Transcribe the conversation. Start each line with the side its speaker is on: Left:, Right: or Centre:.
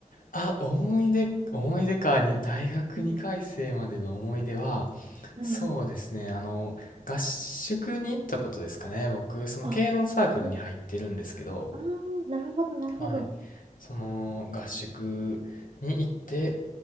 Left: あ、思い出、思い出か、に、大学2回生までの思い出は、
Right: うん。うんうん。
Left: そうですね、あの、合宿に行ったことですかね。僕、その軽音サークルに入ってるんですけど、
Right: あ、えー、あー、なるほど、なるほど。
Left: はい。その合宿に行って